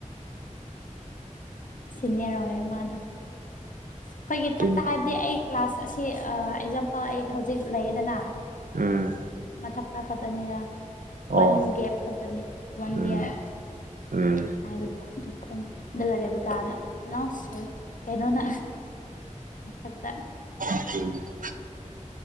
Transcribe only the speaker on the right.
ꯇꯤꯡ
ꯎꯝ
ꯑꯣ
ꯎꯝ
ꯎꯝ
<inaudible>